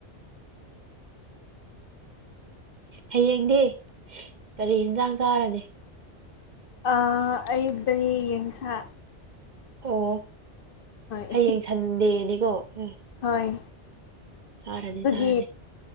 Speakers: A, on the right (about 40°); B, on the left (about 50°).
A: ꯍꯌꯦꯡꯗꯤ ꯀꯔꯤ ꯑ°ꯟꯁꯥꯡ ꯆꯥꯔꯒꯅꯤ
B: ꯑꯥ ꯑꯌꯨꯛꯇꯗꯤ ꯌꯦꯟꯁꯥ
A: ꯑꯣꯑ
B: ꯍꯣꯏ
A: ꯍꯌꯦꯡ ꯁꯟꯗꯦꯅꯤꯀꯣ ꯎꯝ꯫
B: ꯍꯣꯏ
A: ꯆꯥꯔꯅꯤ
B: ꯑꯗꯨꯒꯤ꯫
A: ꯆꯥꯔꯅꯤ